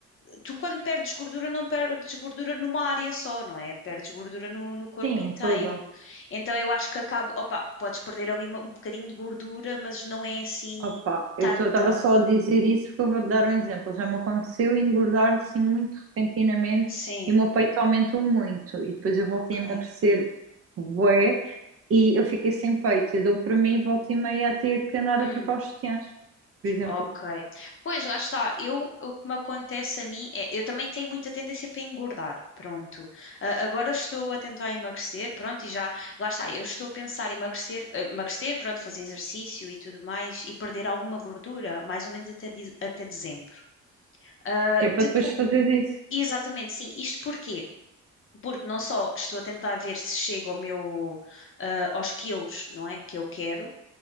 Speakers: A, on the left; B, on the right.
A: tu quando perdes gordura, não perdes gordura numa área só, não é? Perdes gordura no, no corpo
B: Sim,
A: inteiro.
B: em todo.
A: Então eu acho que acaba, opa, podes perder ali uma- um bocadinho de gordura, mas não é assim
B: Opa, eu
A: tanta.
B: estava só a dizer isso porque eu vou-te dar um exemplo. Já me aconteceu engordar assim muito repentinamente
A: Sim,
B: e o meu peito aumentou muito. E depois eu voltei
A: ok.
B: a emagrecer bué e eu fiquei sem peito. Eu dou para mim e volta e meia a ter que andar
A: Hum.
B: a trocar os sutiãs, por exemplo.
A: Ok. Pois, lá está. Eu, o que me acontece a mim é, eu também tenho muita tendência para engordar. Pronto. Ah, agora estou a tentar emagrecer, pronto, e já, lá está. Eu estou a pensar em emagrecer, eh, emagrecer, pronto, fazer exercício e tudo mais e perder alguma gordura, mais ou menos até, de- até dezembro. Ah,
B: Que é
A: depo-
B: para depois fazeres isso.
A: Exatamente, sim. Isto porquê? Porque não só estou a tentar ver se chego ao meu, ah, aos quilos, não é? Que eu quero.